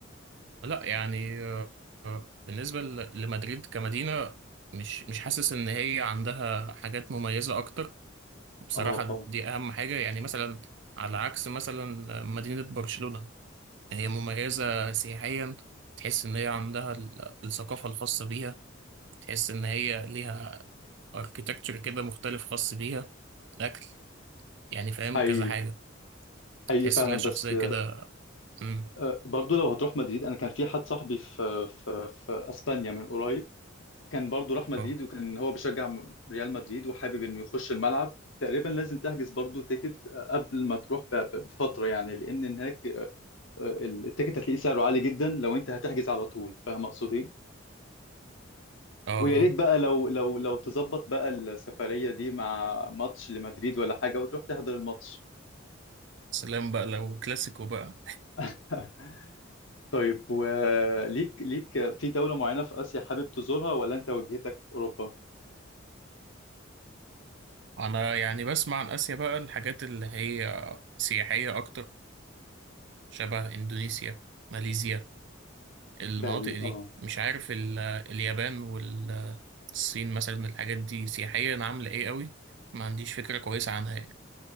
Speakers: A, on the right; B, on the left.
A: لا يعني آه، آه، بالنسبة ل- لمدريد كمدينة مش مش حاسس ان هي عندها حاجات مميزة اكتر بصراحة
B: اه اه
A: دي اهم حاجة يعني مثلا على عكس مثلا مدينة برشلونة هي مميزة سياحيا تحس ان هي عندها ال- الثقافة الخاصة بيها تحس ان هي ليها اركيتكتشر كده مختلف خاص بيها اكل يعني فاهم
B: حقيقي
A: كذا حاجة
B: حقيقي
A: تحس
B: فعلا
A: ليها شخصية
B: بس
A: كده مم.
B: آه، برضو لو هتروح مدريد أنا كان في حد صاحبي في في في أسبانيا من قريب كان برضو راح مدريد
A: آه.
B: وكان هو بيشجع م- ريال مدريد وحابب انه يخش الملعب تقريبا لازم تحجز برضو تيكت آه، قبل ما تروح ب- ب- بفترة يعني لان هناك آه، التيكت هتلاقيه سعره عالي جدا لو انت هتحجز على طول فاهم اقصد ايه
A: اه اه
B: ويا ريت بقى لو لو لو تظبط بقى السفرية دي مع ماتش لمدريد ولا حاجة وتروح تحضر الماتش
A: سلام بقى لو كلاسيكو بقى
B: <laughs> طيب وليك ليك في دولة معينة في آسيا حابب تزورها ولا انت وجهتك اوروبا
A: انا يعني بسمع عن اسيا بقى الحاجات اللي هي سياحية اكتر شبه اندونيسيا ماليزيا المناطق
B: بالي
A: دي
B: اه
A: مش عارف ال- اليابان والصين مثلا الحاجات دي سياحيا عاملة ايه قوي ما عنديش فكرة كويسة عنها يعني